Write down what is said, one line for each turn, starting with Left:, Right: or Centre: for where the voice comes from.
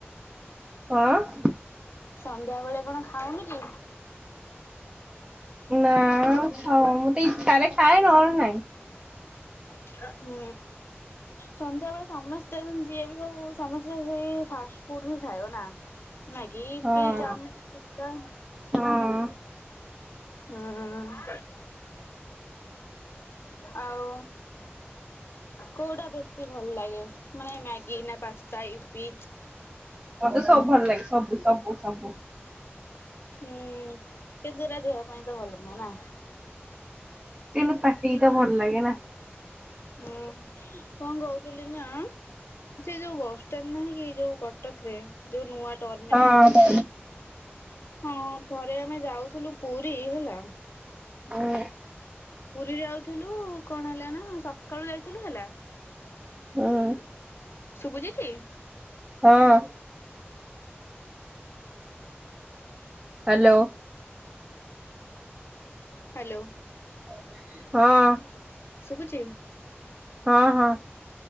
Right: ଅଁ?
Left: ସନ୍ଧ୍ୟାବେଳେ କଣ ଖାଉନି କି?
Right: ନା ଅ ମତେ ଇଚ୍ଛା ହେଲେ ଖାଏ ନହେଲେ ନାଇଁ।
Left: ହୁଁ। ସନ୍ଧ୍ୟାବେଳେ ସମସ୍ତେ ମାନେ ଯିଏ ବି ହଉ ସମସ୍ତେ ସେଇ ଫାଷ୍ଟ ଫୁଡ ହି ଖାଇବ ନା? ମ୍ୟାଗି ଇପି
Right: ହଁ
Left: ଚାଓମିନ ପିସ୍ତା।
Right: ହଁ
Left: ହୁଁ। ଆଉ କୋଉଟା ବେ ସି ଭଲ ଲାଗେ ମାନେ ମ୍ୟାଗି ନା ପାସ୍ତା ୟୁପି?
Right: ମତେ ସବୁ ଭଲ ଲାଗେ ସବୁ ସବୁ ସବୁ।
Left: ହୁଁ କିନ୍ତୁ ହେରା ଦେହ ପାଇଁ ତ ଭଲ ନୁହଁ ନା?
Right: କିନ୍ତୁ ପାଟିକି ତ ଭଲ ଲାଗେ ନା?
Left: ହୁଁ କଣ କହୁଥିଲି ନା ସେ ଯୋଉ ବସଷ୍ଟାଣ୍ଡ ନାହିଁ କି ଯୋଉ କଟକ ରେ ଯୋଉ ନୂଆ ଟର୍ମିନାଲ
Right: ହଁ
Left: କୁତ ହଁ ଥରେ ଆମେ ଯାଉଥିଲୁ ପୁରୀ ହେଲା
Right: ହୁଁ।
Left: ପୁରୀ ଯାଉଥିଲୁ କଣ ହେଲା ନା ସକାଳୁ ଯାଇଥିଲୁ ହେଲା।
Right: ହଁ।
Left: ଶୁଭୁଚି ଟି?
Right: ହଁ। ହାଲୋ।
Left: ହାଲୋ।
Right: ହଁ।
Left: ଶୁଭୁଛି?
Right: ହଁ ହଁ।